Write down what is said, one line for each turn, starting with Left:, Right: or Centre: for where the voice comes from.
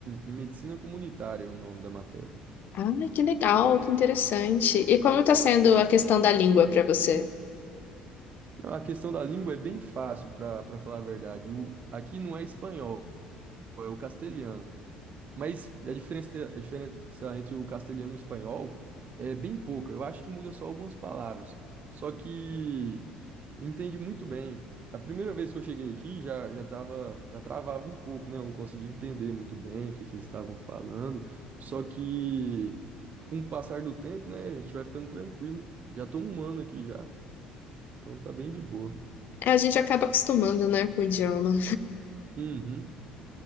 Right: em medicina comunitária, o nome da matéria.
Left: Ah, que legal, que interessante. E como tá sendo a questão da língua para você?
Right: Não, a questão da língua é bem fácil, para para falar a verdade. O, aqui não é espanhol, é o castelhano. Mas a diferença, a diferença entre o castelhano e o espanhol é bem pouca. Eu acho que muda só algumas palavras. Só que entende muito bem. A primeira vez que eu cheguei aqui já, já tava, já travava um pouco, né? Eu não conseguia entender muito bem o que que eles estavam falando. Só que com o passar do tempo, né, a gente vai ficando tranquilo. Já tô um ano aqui já, então tá bem de boa.
Left: É, a gente acaba acostumando, né, com o idioma.
Right: Uhum.